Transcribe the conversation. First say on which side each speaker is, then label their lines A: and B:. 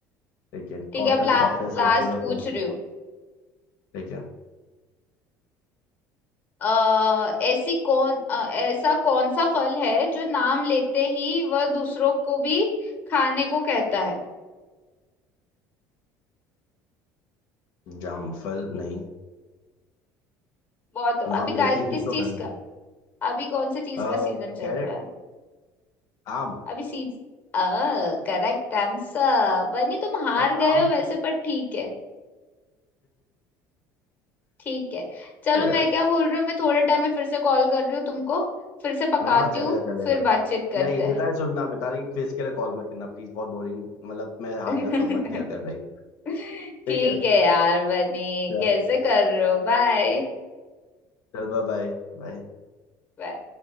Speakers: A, on the left; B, on the left.
A: ठीक है
B: ठीक
A: कॉटन
B: है अब ला,
A: कपड़े सब
B: लास्ट
A: ऐसे ही होते
B: पूछ
A: हैं
B: रही हूँ
A: ठीक है
B: अ ऐसी कौन अ, ऐसा कौन सा फल है जो नाम लेते ही वह दूसरों को भी खाने को कहता है
A: जामफल नहीं
B: बहुत अभी
A: नाम
B: का
A: लेते ही
B: किस
A: दूसरों
B: चीज
A: घर में
B: का अभी कौन से चीज
A: आ,
B: का सीजन चल
A: कैरेट
B: रहा है
A: आम
B: अभी सीज अ करेक्ट आंसर बनी तुम हार
A: पर
B: गए
A: आम
B: हो वैसे पर ठीक है ठीक है चलो
A: तो यार
B: मैं क्या बोल रही हूँ मैं थोड़े टाइम में फिर से कॉल कर रही हूँ तुमको फिर से पकाती
A: हाँ हाँ चलेगा
B: हूँ
A: चलेगा
B: फिर बातचीत करते
A: नहीं मिताली सुनना मिताली क्विज के लिए कॉल मत करना प्लीज बहुत बोरिंग मतलब मैं हार
B: हैं
A: जाता हूँ मत किया कर
B: <laughs>
A: भाई ठीक
B: ठीक
A: है
B: है यार बनी
A: चल
B: कैसे कर रहे हो बाय
A: चल बाय बाय बाय।
B: बाय